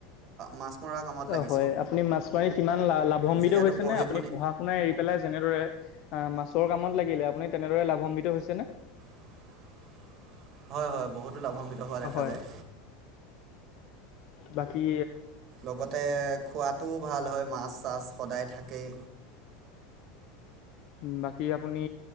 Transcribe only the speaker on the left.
অ
হয় আপুনি মাছ মাৰি কিমান লা লাভান্বিত
হৈছে
নে আপুনি
পঢ়া আপোনাৰ এৰি পেলাই যেনেদৰে মাছৰ কামত লাগিলে আপুনি তেনেদৰে লাভান্বিত হৈছে নে।
হয়।
বাকী
উ বাকী আপুনি